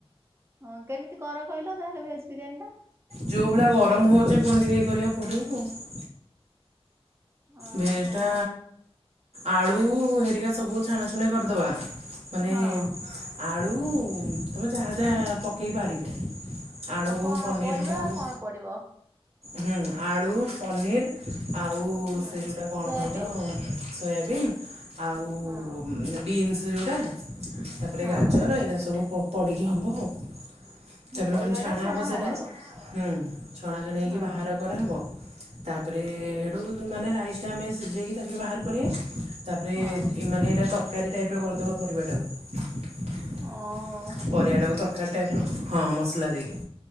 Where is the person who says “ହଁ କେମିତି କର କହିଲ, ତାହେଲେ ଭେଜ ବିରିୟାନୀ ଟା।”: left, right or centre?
Right